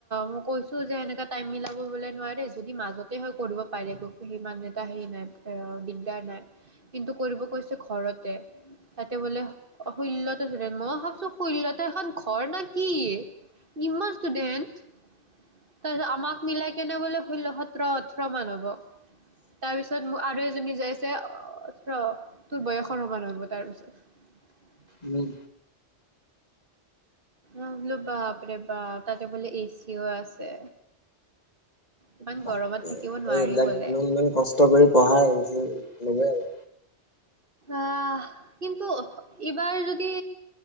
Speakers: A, on the right; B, on the left.
A: মই কৈছো যে এনেকা টাইম মিলাব বোলে নোৱাৰে যদি মাজতে হয় কৰিব পাৰে সিমান এটা হে নাই দিগদাৰ নাই কিন্তু কৰব কৈছোঁ ঘৰতে তাতে বোলে ষোল্ল <unintelligible> মই ভাবছো ষোল্লটা এখন ঘৰ না কি ইমান ষ্টুডেন্ট <inaudible> তাৰপিছত আমাক মিলাই কেনে বোলে ষোল্ল সোতৰ ওঠৰ মান হ'ব তাৰপিছত আৰু এজনী যে আছে ৰ তোৰ বয়সৰ সমান হব তাৰপিছত।
B: উম,
A: অহ বলো বাপৰে বাপ তাতে বোলে এচিও আছে। ইমান গৰমত
B: বাপৰ
A: থাকিব
B: এই
A: নোৱাৰি
B: এইবিলাক
A: বোলে।
B: ইমান- ইমান কষ্ট কৰি পঢ়াই <unintelligible>
A: আহ কিন্তু ইবাৰ যদি